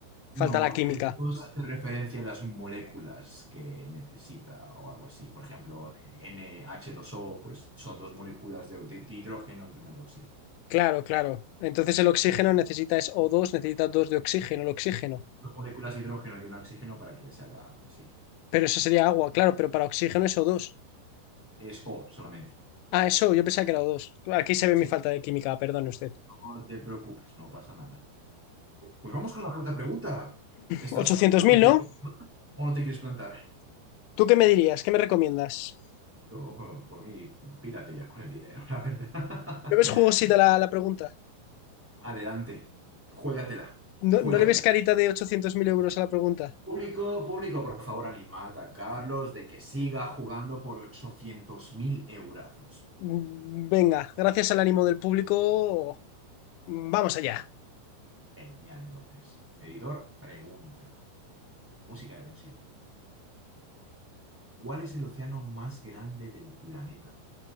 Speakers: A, on the left; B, in the centre.
A: falta
B: No,
A: la química.
B: el dos hace referencia a las moléculas que necesita o algo así. Por ejemplo, NH2O, pues son dos moléculas de, de- de hidrógeno y una de oxígeno.
A: Claro, claro. Entonces el oxígeno necesita es o 2, necesita dos de oxígeno, el oxígeno.
B: Dos moléculas de hidrógeno y una de oxígeno para que se haga algo así.
A: Pero eso sería agua, claro, pero para oxígeno es o dos.
B: Es O solamente.
A: Ah, eso, yo pensaba que era O2. Aquí se ve
B: Sí,
A: mi falta de química, perdone usted.
B: no te preocupes, no pasa nada. Pues vamos con la cuarta pregunta. ¿Estás
A: Ochocientos
B: seguro
A: mil,
B: que quieres
A: ¿no?
B: o no te quieres plantar?
A: ¿Tú qué me dirías? ¿Qué me recomiendas?
B: Yo, por mí, pírate ya con el dinero, la verdad.
A: ¿No ves jugosita
B: <laughs>
A: la, la pregunta?
B: Adelante, juégatela,
A: ¿No,
B: juégatela.
A: no le ves carita de 800.000 euros a la pregunta?
B: Público, público, por favor, animad a Carlos de que siga jugando por 800.000 eurazos.
A: Mm, Venga, gracias al ánimo del público. Vamos allá.
B: Genial, entonces. Editor, pregunta. Música de tensión. ¿Cuál es el océano más grande del planeta?